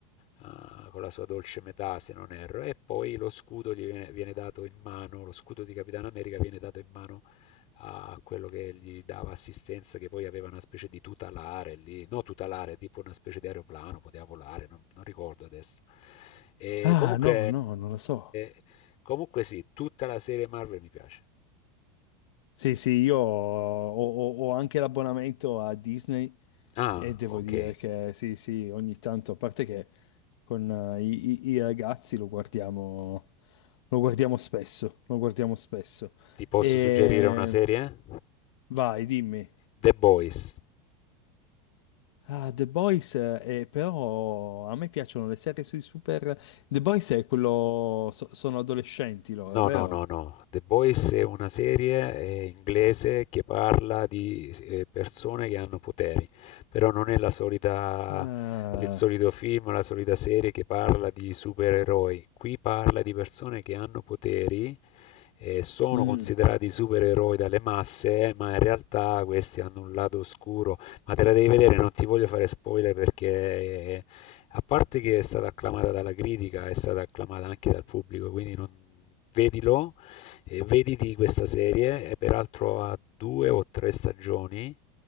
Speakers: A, on the left; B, on the left.
A: eh, con la sua dolce metà, se non erro, e poi lo scudo gli viene, viene dato in mano, lo scudo di Capitan America viene dato in mano a quello che gli dava assistenza, che poi aveva una specie di tutelare lì, no tutelare, tipo una specie di aeroplano, poteva volare, non, non ricordo adesso. E
B: Ah,
A: comunque,
B: no, no, non lo so.
A: eh, comunque sì, tutta la serie Marvel mi piace.
B: Sì, sì, io ho, ho- ho anche l'abbonamento a Disney
A: Ah,
B: E devo
A: ok.
B: dire che sì, sì, ogni tanto, a parte che con eh, i, i- i ragazzi lo guardiamo, lo guardiamo spesso, lo guardiamo spesso.
A: Ti posso
B: E
A: suggerire una serie?
B: vai, dimmi.
A: The Boys.
B: Ah, The Boys, eh, eh, però a me piacciono le serie sui super... The Boys è quello... so- sono adolescenti loro,
A: No,
B: vero?
A: no, no, no. The Boys è una serie eh, inglese che parla di eh, persone che hanno poteri, però non è la solita,
B: Ah,
A: il solito film, la solita serie che parla di supereroi. Qui parla di persone che hanno poteri eh, sono
B: mm,
A: considerati supereroi dalle masse, eh, ma in realtà questi hanno un lato oscuro, ma te la devi vedere, non ti voglio fare spoiler perché eh, a parte che è stata acclamata dalla critica, è stata acclamata anche dal pubblico, quindi non- vedilo e vediti questa serie, è peraltro a due o tre stagioni.